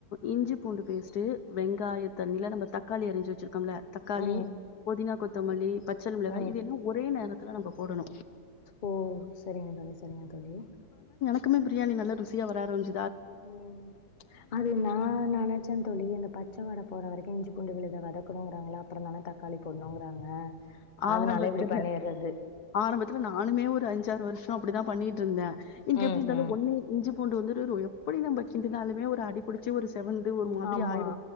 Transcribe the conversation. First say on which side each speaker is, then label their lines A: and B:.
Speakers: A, on the left; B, on the left.
A: இஞ்சி பூண்டு பேஸ்ட்டு வெங்காயத் தண்ணில நம்ப தக்காளி அரிஞ்சு வெச்சிருப் கம்ல தக்காளி
B: ம்
A: புதினா கொத் த்தமல்லி பச்சள் மிளகாய்
B: ம்
A: இது எல்லா ஒரே நேரத் க்குலா நம்போப் போடனு
B: ஓ செரிங்க தோழி செரிங்க தோழி
A: க்குமே பிரியாணி நல்ல ருசியா வர ஆரம்பிச்
B: ஓ அது நா நனச்ச தோழி இந்த பச்ச வாட போற வரைக்கு இஞ்சி பூண்டு விழுத வதக்குணுங்குறாங்களா அப் தொடங்னோன தக்காளி போட்ணுங்குறாங்க
A: ஆரம்பத்துல
B: அதனால இப்பிடி பண்ணியிட்றது
A: ஆரம்பத்துல நானுமே ஒரு அஞ்சாறு வருஷோ அப்புடிதா பண்ணிட்ருந்தே இங்கெப்டி
B: ம்,
A: இருந்தாலு
B: ம்.
A: ஒன்னு இஞ்சி பூண்டு வந்துரு <unintelligible> ப்புடி நம்ப கிண்டுனாலுமே ஒரு அடிபுடிச்சு ஒரு ஸ் செவந்து ஒரு மாதிரி
B: ஆமா,
A: ஆயிடு